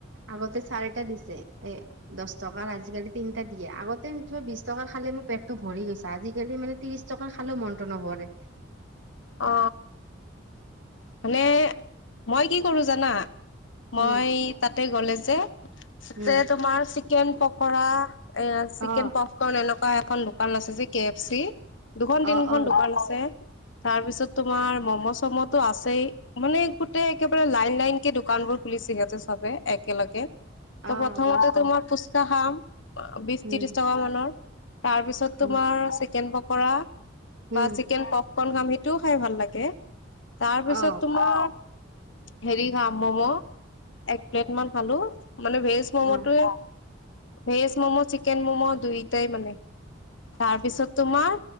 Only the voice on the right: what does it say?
আগতে চাৰিটা দিছে এ দহ টকাৰ আজিকালি তিনিটা দিয়ে আগতো বিশ টকা খালে মোৰ পেটটো ভৰি গৈছে আজিকালি মানে ত্ৰিশ ত্ৰিশ টকা খালেও মনটো নভৰে।
উম
উম
অ
অ
অ
অ
গৈছো
উম
অ
উম
অ
অ